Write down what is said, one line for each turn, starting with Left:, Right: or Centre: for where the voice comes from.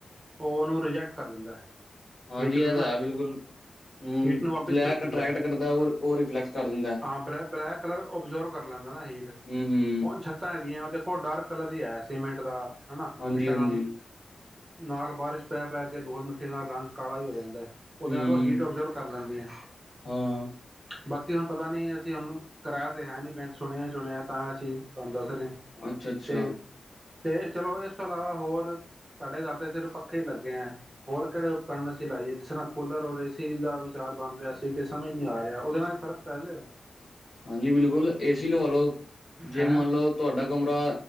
Right: ਉਹ ਉਹਨੂੰ ਰਿਜੈਕਟ ਕਰ ਦਿੰਦਾ।
Left: ਹਾਂਜੀ
Right: ਹੀਟ ਨੂੰ
Left: ਇਹ ਤਾਂ
Right: ਨਾ
Left: ਹੈ ਬਿਲਕੁਲ ਹਮ
Right: ਹੀਟ ਨੂੰ ਵਾਪਿਸ
Left: ਬਲੈਕ
Right: ਭੇਜ ਦਿੰਦਾ
Left: ਅਟਰੈਕਟ
Right: ਹੈ।
Left: ਕਰਦਾ। ਉਹ ਉਹ ਰਿਫਲੈਕਸ ਕਰ ਦਿੰਦਾ ਹੈ
Right: ਹਾਂ ਬਲੈ ਬਲੈਕ ਕਲਰ ਓਬਜ਼ਰਵ ਕਰ ਲੈਂਦਾ ਨਾ ਹੀਟ
Left: ਹਮ ਹਮ
Right: ਹੁਣ ਛੱਤਾਂ ਹੈਗੀਆਂ ਉਹ ਦੇਖੋ ਡਾਰਕ ਕਲਰ ਹੀ ਹੈ ਸੀਮੈਂਟ ਦਾ ਹਨਾ
Left: ਹਾਂਜੀ-ਹਾਂਜੀ
Right: ਇੱਟਾ ਆਮ ਨਾਲ ਬਾਰਿਸ਼ ਪੈ ਪੈ ਕੇ ਦੁਲ ਮਿੱਟੀ ਨਾਲ ਰੰਗ। ਕਾਲਾਹੀ ਹੋ ਜਾਂਦਾ‌। ਉਹਦੇ
Left: ਹੂੰ
Right: ਨਾਲ ਉਹ ਹੀਟ ਓਬਜ਼ਰਵ ਕਰ ਲੈਂਦੀਆਂ।
Left: ਹਾਂ।
Right: ਬਾਕੀ ਹੁਣ ਪਤਾ ਨੀ ਅਸੀਂ ਹੁਣੂੰ ਕਿਰਾਆ ਤੇ ਹੈ ਨੀ ਪੈਂਟ ਸੁਣਿਆ ਸੁਣਿਆ ਤਾਂ ਅਸੀਂ ਤੁਹਾਨੂੰ ਦੱਸ।
Left: ਅੱਛਾ-ਅੱਛਾ
Right: ਤੇ ਤੇ ਚਲੋ ਇਸ ਤੋਂ ਇਲਾਵਾ ਹੋਰ ਸਾਡੇ ਘਰ ਦੇ ਸਿਰ ਪੱਖੇ ਹੀ ਲੱਗੇ ਹੈ ਹੋਰ ਕਿਹੜੇ ਕ ਅਸੀਂ ਲਾਈਏ ਜਿਸ ਤਰ੍ਹਾਂ ਕੂਲਰ ਔਰ ਏਸੀ ਦਾ ਵਿਚਾਰ ਬਣ ਰਿਹਾ ਸੀ ਤੇ ਸਮਝ ਹੀ ਨਹੀਂ ਆ ਰਿਹਾ ਉਹਦੇ ਨਾਲ ਫਰਕ ਪੈ ਜਾਏਗਾ।
Left: ਹਾਂਜੀ ਬਿਲਕੁਲ ਏਸੀ ਲਵਾ ਲਓ ਜੇ
Right: ਹੈਂ
Left: ਮੰਨ ਲਓ ਤੁਹਾਡਾ ਕਮਰਾ